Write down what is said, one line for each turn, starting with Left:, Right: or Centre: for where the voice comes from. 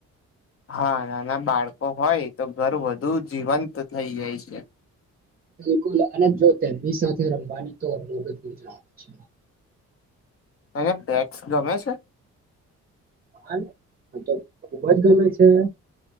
Left: હા નાના બાળકો હોય તો ઘર વધુ જીવંત થઈ જાય છે.
Right: બિલકુલ અને જો તેમની સાથે રમવાની તો અલગજ ગુજરા આવે છે.
Left: તને પેક્સ ગમે છે?
Right: હાર તો ખુબજ ગમે છે.